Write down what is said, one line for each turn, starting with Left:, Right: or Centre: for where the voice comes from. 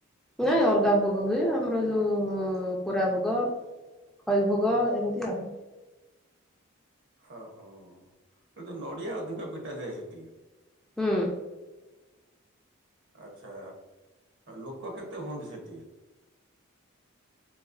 Centre: ନାଇଁ ଅଲଗା ଭୋଗ ହୁଏ ଆମର ଯୋଉ କୋରା ଭୋଗ। ଖଇ ଭୋଗ ଏମିତି ଆଉ।
Right: ହ ହ କିନ୍ତୁ ନଡ଼ିଆ ଅଧିକ ପିଟାଯାଏ ସେଠି।
Centre: ହୁଁ।
Right: ଆଚ୍ଛା ଲୋକ କେତେ ହୁଅନ୍ତି ସେଠି?